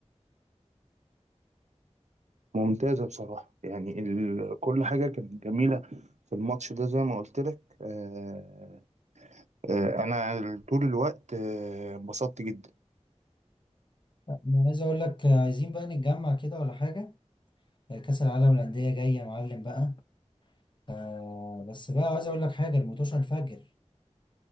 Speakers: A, on the right; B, on the left.
A: ممتازه بصراحه يعني ال... كل حاجه كانت جميله في الماتش ده زي ما قلت لك آه... آه... انا طول الوقت آه، انبسطت جدا
B: انا عايز اقول لك آه، عايزين بقى نتجمع كده ولا حاجه آه، كأس العالم للأندية جاية يا معلم بقى آه بس بقى عايز اقول لك حاجه الموتوشه الفجر